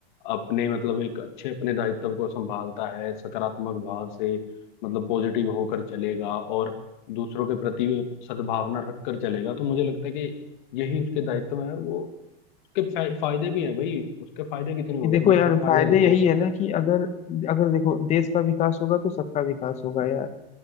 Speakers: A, on the left; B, on the left.
A: अपने मतलब एक अच्छे अपने दायित्व को संभालता है सकारात्मक भाव से मतलब पॉजिटिव होकर चलेगा और दूसरों के प्रति सद्भावना रख कर चलेगा तो मुझे लगता है कि यही उसके दायित्व है और वो उसके फा- फायदे भी हैं भाई उसके फायदे कितने होंगे
B: देखो
A: तुम उसके
B: यार
A: फायदे
B: फायदे
A: देखो
B: यही है ना कि अगर अगर देखो देश का विकास होगा तो सबका विकास होगा यार